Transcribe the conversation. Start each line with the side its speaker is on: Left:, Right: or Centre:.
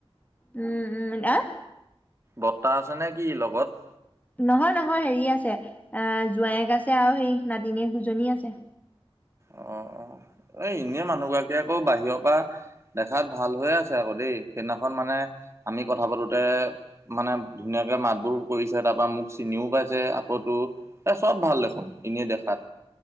Left: উম উম এ
Right: বৰ্তা আছে নে কি লগত?
Left: নহয় নহয় হেৰি আছে এ জোঁৱায়েক আছে আৰু হেৰি নাতিনীয়েক দুজনী আছে।
Right: অ অ এ এনেই মানুহ গৰাকী আকৌ বাহিৰৰ পৰা দেখাত ভাল হৈ আছে আকৌ দেই সেইদিনাখন মানে আমি কথা পাতোটে মানে ধুনীয়াকে মাত-বোল কৰিছে তাৰ পৰা মোক চিনিও পাইছে আকৌ তোৰ এ চব ভাল দেখোন এনেই দেখাত